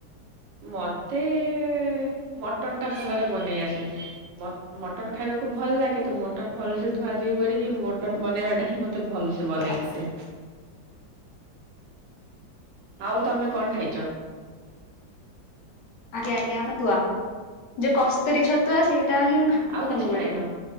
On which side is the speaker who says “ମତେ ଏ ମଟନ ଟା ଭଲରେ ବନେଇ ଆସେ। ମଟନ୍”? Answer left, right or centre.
Right